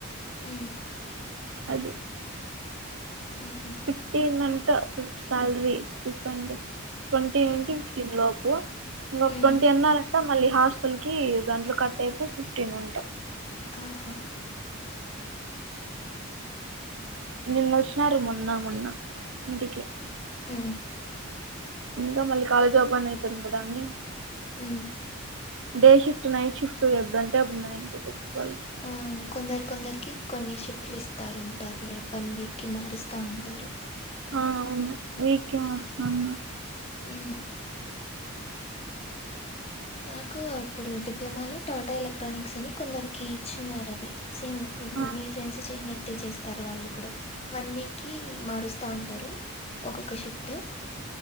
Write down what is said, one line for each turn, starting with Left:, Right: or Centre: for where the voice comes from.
Left: ఊ
Right: అది.
Left: ఉహు
Right: ఫిఫ్టీన్నంట ఫ్ సాల్రీ స్టీఫన్డ్. ట్వంటీ నుంచి
Left: ఉమ్
Right: ఫిఫ్టీన్ లోపు, ఇంకో
Left: ఉమ్,
Right: ట్వంటీ అన్నార్ అంట. మళ్ళీ హాస్టల్ కి దాంట్లో కట్ అయిపోయి ఫిఫ్టీన్ అంట.
Left: ఆహ.
Right: నిన్నొచ్చినారు, మొన్న మొన్న ఇంటికి.
Left: ఊ
Right: ఇంగ మళ్ళీ కాలేజ్ ఓపెన్ ఐతాంది గదా అని.
Left: ఊ
Right: డే షిఫ్ట్ నట్ షిఫ్ట్ ఎబ్డంటే అప్డు నైంటీ షిఫ్ట్స్ వాళ్ళక్.
Left: ఆ అని కొందరు కొందరికి కొన్ని షిఫ్ట్లు ఇస్తారటారు లే వన్ వీక్కి మారుస్తా ఉంటారు
Right: ఆ అవును <unintelligible>
Left: అ నాకు ఇప్పుడు డిప్లొమాలో టాటా ఎలక్ట్రానిక్స్ అని కొందరికి ఇచ్చిన్నారు అది సేమ్
Right: ఆ,
Left: మీ ఫ్రెండ్స్ చేయనట్టే చేస్తారు వాళ్ళు కూడా వన్ వీక్కి మారుస్తా ఉంటారు ఒక్కొక్క షిఫ్ట్